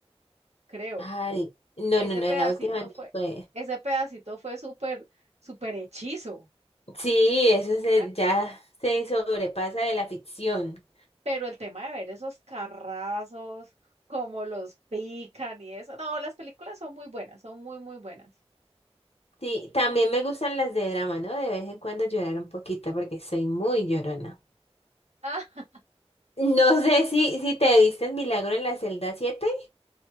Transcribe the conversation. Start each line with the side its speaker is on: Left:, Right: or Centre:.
Right: creo.
Left: Ay, no,
Right: Ese
Left: no, no,
Right: pedacito
Left: en la última no
Right: fue,
Left: fue.
Right: ese pedacito fue súper, súper hechizo.
Left: Sí, eso
Right: una-
Left: se, ya se sobrepasa de la ficción.
Right: Pero el tema de ver esos carrazos, cómo los pican y eso. No, las películas son muy buenas, son muy, muy buenas.
Left: Sí, también me gustan las de drama, ¿no? De vez en cuando llorar un poquito porque soy muy llorona.
Right: Ah,
Left: No sé si, si te viste en Milagro en la celda siete.